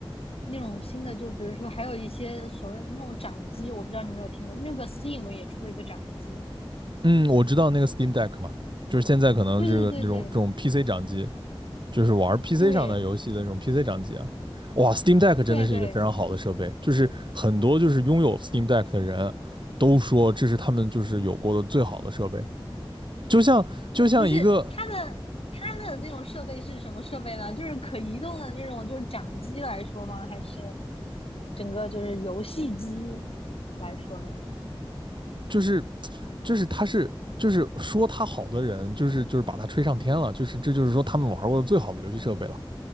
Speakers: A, on the left; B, on the right.
A: 那种新的，就比如说还有一些所谓的那种掌机，我不知道你有没有听过，那个 Steam 也出了一个掌机。
B: 嗯，我知道那个 Steam Deck 嘛，就是现在可能这个那种这种
A: 对对对对
B: PC 掌机。就是玩 PC
A: 对
B: 上的游戏的那种 PC 掌机啊。哇，Steam Deck 真的是一个非常好的设备，
A: 对对。
B: 就是很多就是拥有 Steam Deck 的人都说这是他们就是有过的最好的设备，就像就像一个
A: 不是它的它的那种设备是什么设备呢？就是可移动的那种，就是掌机来说吗？还是整个就是游戏机来说呢？
B: 就是就是他是就是说他好的人，就是就是把他吹上天了，就是这就是说他们玩过的最好的游戏设备了。